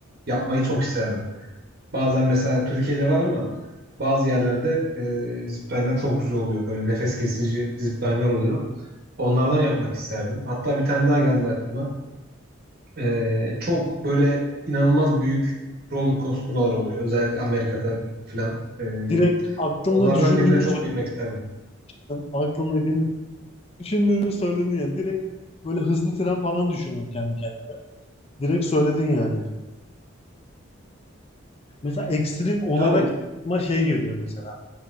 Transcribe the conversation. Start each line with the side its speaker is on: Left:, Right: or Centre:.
Right: yapmayı çok isterdim. Bazen mesela Türkiye'de var ama bazı yerlerde eee zipline'lar çok güzel oluyor. Böyle nefes kesici zipline'lar oluyor. Onlardan yapmak isterdim. Hatta bir tane daha geldi aklıma. Eee, çok böyle inanılmaz büyük roller coaster'lar oluyor. Özellikle Amerika'da filan. Eee,
Left: Direkt aklımda
Right: onlardan
Left: düşündüğümü
Right: birine çok binmek isterdim.
Left: Sen aklımdakini düşündüğünü söyledin ya. Direkt böyle hızlı tren falan düşündüm kendi kendime. Direkt söyledin yani. Mesela ekstrem olarak
Right: Yani
Left: ma şey geliyor mesela.